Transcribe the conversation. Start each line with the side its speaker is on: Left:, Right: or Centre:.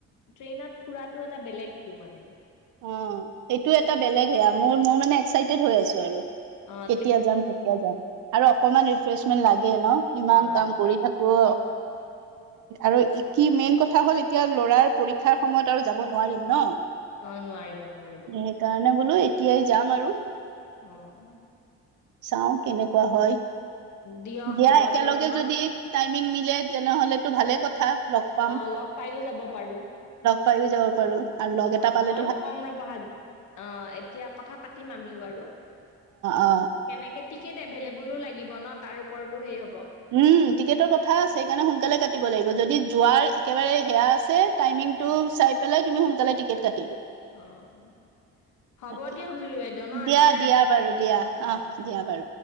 Left: ট্ৰেইনত ফুৰাতটো এটা বেলেগতটো মানে।
Right: অ' সেইটো এটা বেলেগ সেয়া মোৰ মোৰ মানে এক্সাইটেড হৈ আছো আৰু।
Left: অহ
Right: কেতিয়া যাম কেতিয়া যাম আৰু অকমান ৰিফ্ৰেচমেন্ট লাগে ন ইমান
Left: অ',
Right: কাম
Left: অ',
Right: কৰি থাকো। আৰু কি মেইন কথা হ'ল এতিয়া লৰাৰ পৰীক্ষাৰ সময়ত আৰু যাব নোৱাৰিম ন।
Left: অ নোৱাৰিব নোৱাৰিব।
Right: সেইকাৰণে বোলো এতিয়াই যাম আৰু।
Left: অঁ অঁ।
Right: চাওঁ কেনেকুৱা হয়।
Left: দিয়ক
Right: দিয়া
Left: হ'ব
Right: একেলগে
Left: দিয়ক ন?
Right: যদি টাইমিং মিলে তেনেহলেতটো ভালে কথা লগ পাম।
Left: অ লগ পাইও যাব পাৰো।
Right: পাও যাব পাৰো আৰু লগ
Left: অ',
Right: এটা পালে
Left: ময়ো কম ৰবা আজি অ এতিয়া কথা পাতিম আমিও বাৰু
Right: অ
Left: কেনেকে টিকেট এভেলইবুলো লাগিব ন, তাৰ ওপৰতো সেই হ'ব।
Right: উম টিকেটৰ কথা সেইকাৰণে সোনকালে কাটিব লাগিব যদি যোৱাৰ একেবাৰে সেয়া আছে, টাইমিংটো
Left: উম,
Right: চাইপেলাই তুমি সোনকালে টিকেট কা
Left: অ অ। হ'ব
Right: তাকে
Left: দিয়ক জুৰি বাইদউ ন
Right: দিয়া
Left: আজিলৈ
Right: দিয়া
Left: ৰাখিছোঁ।
Right: বাৰু দিয়া অ
Left: অঁ
Right: দিয়া
Left: অঁ
Right: বাৰু